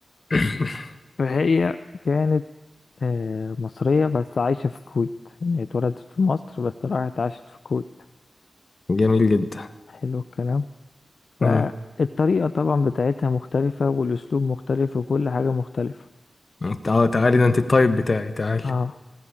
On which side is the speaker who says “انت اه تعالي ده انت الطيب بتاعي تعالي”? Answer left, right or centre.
Left